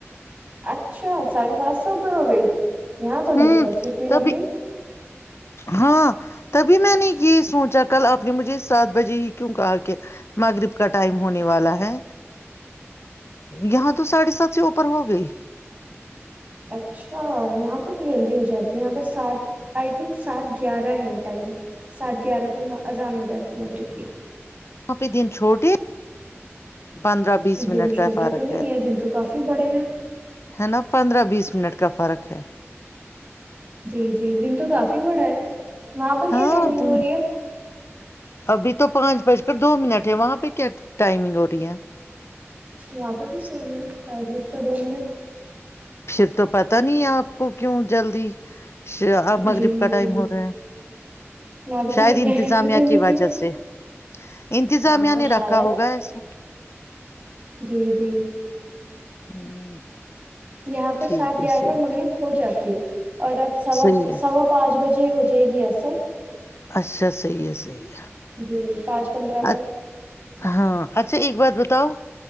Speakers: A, on the right; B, on the left.
A: اچھا ساڑھے سات سو اوپر ہو گئی یہاں تو نہیں
B: ہوں
A: پہنچی اتنی
B: تبھی
A: لمبی
B: ہاں تبھی میں نے یہ سوچا کل آپ نے مجھے سات بجے ہی کیوں کہا کہ ماغرب کا ٹائم ہونے والا ہے یہاں تو ساڑھے سات سے اوپر ہو گئی
A: اچھا یہاں پر تو جلدی ہو جاتی ہے یہاں پر سات آئی تھنک سات گیارہ ہے ٹائم سات گیارہ پر آذان ہو جاتی ہے مغرب کی
B: وہ پہ دن چھوٹے پندرہ بیس منٹ
A: دن چھوٹے
B: کا فرق
A: تو نہیں ہے دن تو کافی بڑے ہیں
B: ہے نا پندرہ بیس منٹ کا فرق ہے
A: جی جی دن تو کافی بڑا ہے وہاں پر کیا
B: ہاں
A: ٹائمنگ
B: دن
A: ہو رہی ہے
B: ابھی تو پانچ بج کر دو منٹ ہے وہاں پہ کیا ٹائمنگ ہو رہی ہے
A: یہاں پر بھی سیم ہے پانچ بج تو دو منٹ
B: پھر تو پت نہیں ہے آپ کو کیوں جلدی اب مغرب
A: جی
B: کا ٹائم
A: جی
B: ہو رہا ہیں
A: میں بھی تو
B: شاید
A: یہ کہہ
B: انتظامیہ
A: رہی ہوں پتہ نہیں
B: کی
A: کیوں
B: وجہ سے انتظامیہ
A: ہاں
B: نے
A: شاید
B: رکھا ہوگا ایسے
A: جی جی
B: ہوں
A: یہاں پر
B: ٹھیک
A: سات گیارہ
B: ہے صحیح
A: بار
B: ہے
A: مغرب ہو جاتی ہے اور اب سوا
B: صحیح ہے
A: سوا پانچ بجے جی ہو جائے گی سر
B: اچھا صحیح ہے صحیح
A: جی پانچ پندرہ
B: ہے
A: پر
B: ہاں اچھا ایک بات بتاؤ